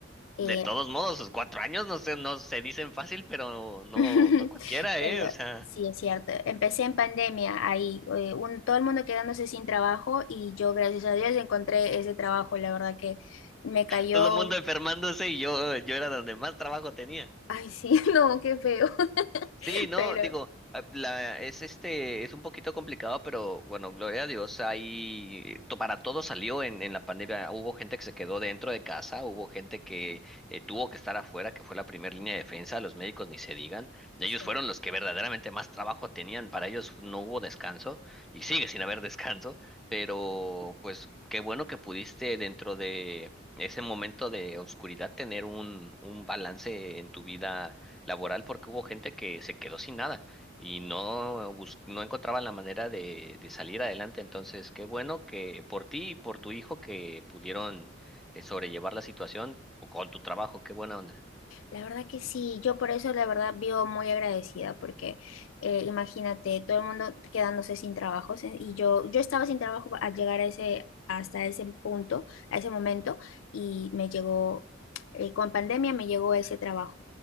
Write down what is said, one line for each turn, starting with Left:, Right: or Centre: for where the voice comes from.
Left: eh,
Centre: de todos modos, los cuatro años no se no se dicen fácil, pero no,
Left: <laughs>
Centre: no cualquiera,
Left: Pero
Centre: ¿eh? O sea,
Left: sí, es cierto. Empecé en pandemia ahí, eh, un, todo el mundo quedándose sin trabajo y yo, gracias a Dios, encontré ese trabajo. La verdad que me cayó,
Centre: todo el mundo enfermándose y yo, yo era donde más trabajo tenía.
Left: ay, sí, <laughs> no, qué feo, <laughs>
Centre: Sí, no,
Left: pero
Centre: digo, ah, la, es este, es un poquito complicado, pero bueno, gloria a Dios, ahí eh, to- para todo salió en, en la pandemia. Hubo gente que se quedó dentro de casa, hubo gente que eh, tuvo que estar afuera, que fue la primera línea de defensa, los médicos ni se digan. Ellos
Left: sí.
Centre: fueron los que verdaderamente más trabajo tenían, para ellos no hubo descanso y sigue sin haber <laughs> descanso, pero pues qué bueno que pudiste dentro de ese momento de oscuridad tener un, un balance en tu vida laboral porque hubo gente que se quedó sin nada y no, bus- no encontraban la manera de, de salir adelante. Entonces, qué bueno que por ti y por tu hijo que pudieron eh, sobrellevar la situación o con tu trabajo, qué buena onda.
Left: La verdad que sí, yo por eso la verdad vivo muy agradecida porque eh, imagínate todo el mundo quedándose sin trabajos eh, y yo yo estaba sin trabajo al llegar a ese hasta ese punto, a ese momento y me llegó eh, con pandemia me llegó ese trabajo